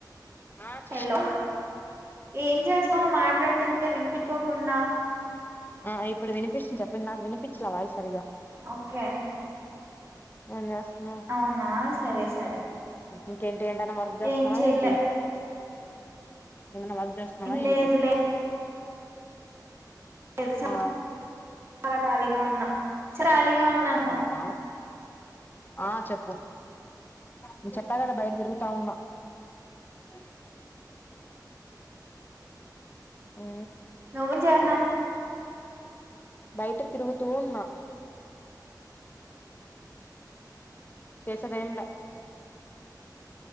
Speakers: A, on the left; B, on the right.
A: ఆ చెప్పు
B: హలో ఏం చేస్తావు మాట్లాడుతుంటే వినిపకోకుండా
A: ఆ ఇప్పుడు వినిపిస్తుంది చెప్పండి నాకు వినిపించలే వాయిస్ సరిగా
B: ఓకే
A: ఏం చేస్తన్నావు
B: అవునా సరే సరే
A: ఇంకేంటి ఏంటన్న వర్క్ చేస్తన్నావా
B: ఏం చేయలే
A: ఏంటి ఏమైనా వ చేస్తన్నావ
B: లేదు
A: ఏంటి
B: <unintelligible>
A: ఆ
B: అలా ఖళీగా ఉన్నా ఖాళీగా ఉన్నాను
A: అవునా ఆ చెప్పు నే చెప్పా కదా బయట తిరుగుతా ఉన్నా అ ఊ
B: నువ్వు చేసిన
A: బయట తిరుగుతు ఉన్నా చేసేదేం లా